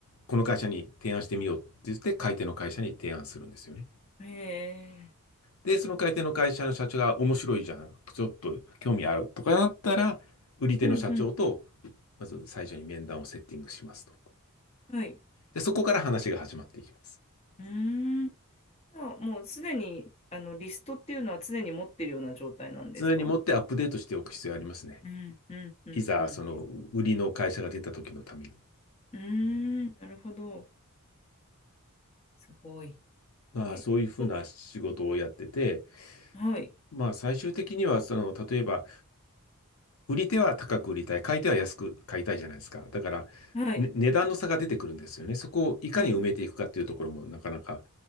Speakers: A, on the left; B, on the left.
A: この会社に提案してみようって言って、買い手の会社に提案するんですよね。
B: うん。ええ。
A: で、その買い手の会社の社長が面白いじゃん、ちょっと興味あるとかなったら、売り手の社長と、
B: うんうん。
A: まず最初に面談をセッティングしますと。
B: はい。
A: で、そこから話が始まっていきます。
B: うーん。じゃあもうすでにあのリストっていうのは常に持ってるような状態なんですか
A: 常に持ってアップデートしておく必要ありますね。
B: うんうんうんうん。
A: いざ、その売りの会社が出た時のために。
B: うーん。なるほど。すごい。
A: まあ、
B: え、
A: そういうふうな仕事をやってて、
B: と、はい。
A: まあ、最終的には、その、例えば、売り手は高く売りたい、買い手は安く買いたいじゃないですか。だから、
B: はい。
A: ね値段の差が出てくるんですよね。そこをいかに埋めていくかっていうところも、
B: え、
A: なかなか